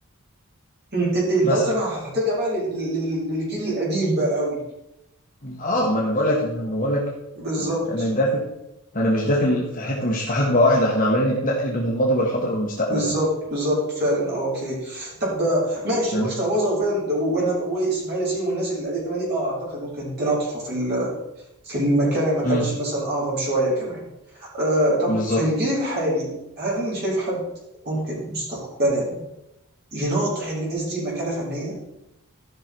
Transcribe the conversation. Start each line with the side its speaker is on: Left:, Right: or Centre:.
Right: مم. إيه- إيه، انت
Left: مثلا
Right: قصدك بقى هت- هترجع بقى لل- لل- للجيل القديم بقى قوي
Left: اه ما انا بقول لك ما أنا بقول لك
Right: بالظبط
Left: انا أنا داخل انا مش داخل في حته مش في حقبه واحده احنا عمالين نتنقل بين الماضي والحاضر والمستقبل
Right: بالظبط
Left: اهو
Right: بالظبط فعلا اه اوكي طب آه، ماشي
Left: فاهم
Right: وش تعوضه وفعلا وانا واسماعيل ياسين والناس القديمه دي اه اعتقد ممكن تناطحوا في ال- في المكان اللي ما كانش
Left: امم
Right: مثلا اعظم شويه كمان آه طب
Left: بالظبط
Right: في الجيل الحالي هل شايف حد ممكن مستقبلا يناطح الناس دي مكانه فنيه؟